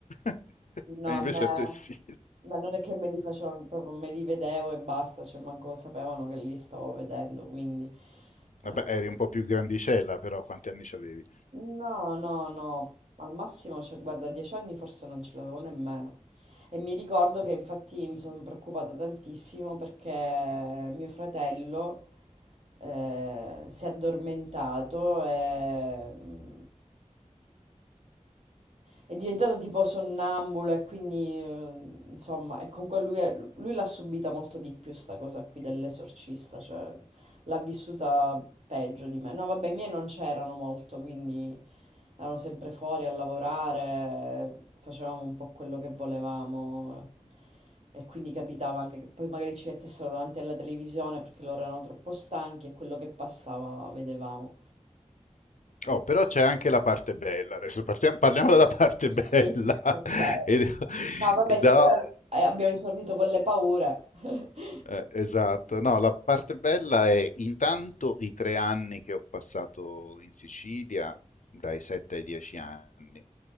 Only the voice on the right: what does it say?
no,
a me,
ma non è che me li facevo, proprio me li vedevo e basta, cioè manco sapevano che li stavo vedendo, quindi... eh.
No, no, no, al massimo, cioè, guarda, dieci anni forse non ce l'avevo nemmeno. E mi ricordo che infatti mi sono preoccupata tantissimo perché mio fratello eh, si è addormentato e mm, è diventato tipo sonnambulo e quindi eh, insomma, e comunque lui, è- lui l'ha subita molto di più sta cosa qui dell'esorcista, cioè l'ha vissuta peggio di me. No, vabbè, i miei non c'erano molto, quindi erano sempre fuori a lavorare, facevamo un po' quello che volevamo eh. e quindi capitava anche che poi magari ci mettessero davanti alla televisione perché loro erano troppo stanchi e quello che passava vedevamo. Eh,
eh
Sì, ok.
No, vabbè,
siccome eh, abbiamo esordito con le paure. <laughs>